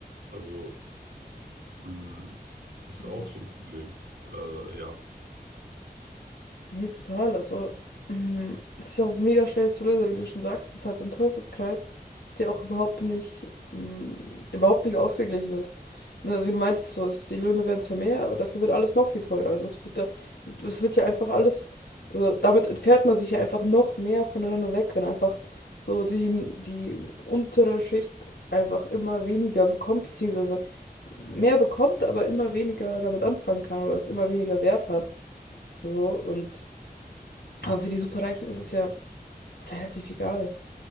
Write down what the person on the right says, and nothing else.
Also. Hm, das ist
auch so ein Problem. Äh, ja.